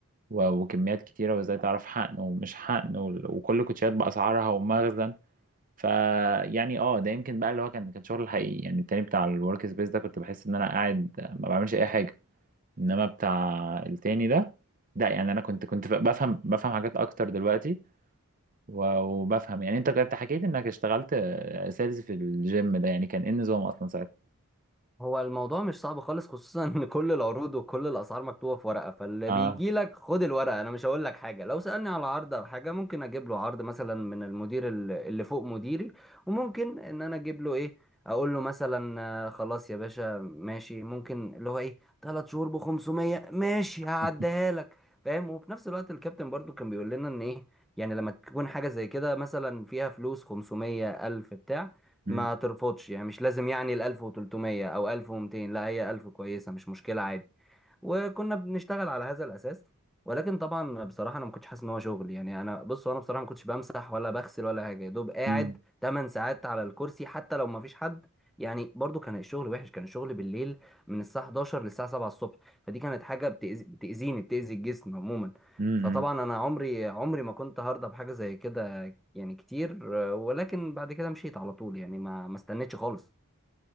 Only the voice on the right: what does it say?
و- وكميات كتيرة وازاي تعرف حقن ومش حقن وال- وكل الكوتشيات بأسعارها ومخزن فيعني اه ده يمكن بقى اللي هو كان كان شغل الحقيقي يعني التاني بتاع الورك سبيس ده كنت بحس ان انا قاعد ما بعملش اي حاجة انما بتاع التاني ده لا يعني انا كنت كنت بفهم بفهم حاجات اكتر دلوقتي و- وبفهم يعني انت كنت حكيت انك اشتغلت سيلز في الجيم ده يعني كان ايه النظام اصلا ساعتها
اه
<laughs>
مم.
مم.
مم.